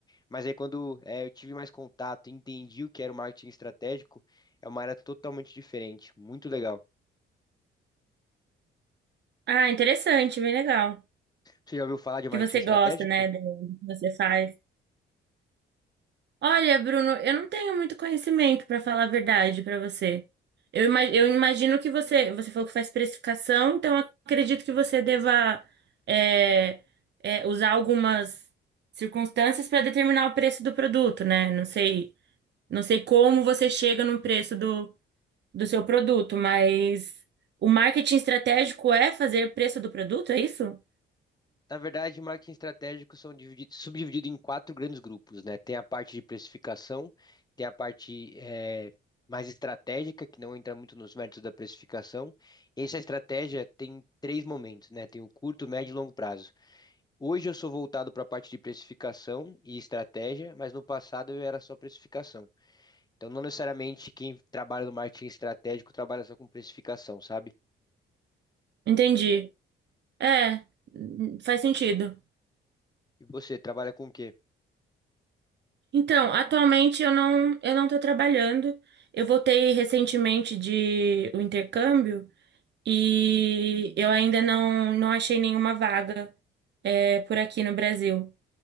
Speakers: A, on the left; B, on the right.
A: Mas aí quando é, eu tive mais contato, entendi o que era o marketing estratégico, é uma área totalmente diferente, muito legal.
B: Ah, interessante, bem legal.
A: Você já ouviu falar de marketing
B: Que você
A: estratégico?
B: gosta, né, do do que você faz. Olha, Bruno, eu não tenho muito conhecimento, para falar a verdade para você. Eu, ima- eu imagino que você, você falou que faz precificação, então eu acredito que você deva é, é, usar algumas circunstâncias para determinar o preço do produto, né? Não sei, não sei como você chega no preço do, do seu produto, mas o marketing estratégico é fazer preço do produto, é isso?
A: Na verdade, marketing estratégico são dividi- subdividido em quatro grandes grupos, né? Tem a parte de precificação, tem a parte eh, mais estratégica, que não entra muito nos méritos da precificação. essa estratégia tem três momentos, né? Tem o curto, médio e longo prazo. Hoje eu sou voltado para a parte de precificação e estratégia, mas no passado eu era só precificação. Então, não necessariamente quem trabalha no marketing estratégico trabalha só com precificação, sabe?
B: Entendi. É, hum, faz sentido.
A: E você trabalha com o quê?
B: Então, atualmente eu não eu não estou trabalhando. Eu voltei recentemente de o intercâmbio e eu ainda não, não achei nenhuma vaga é, por aqui no Brasil.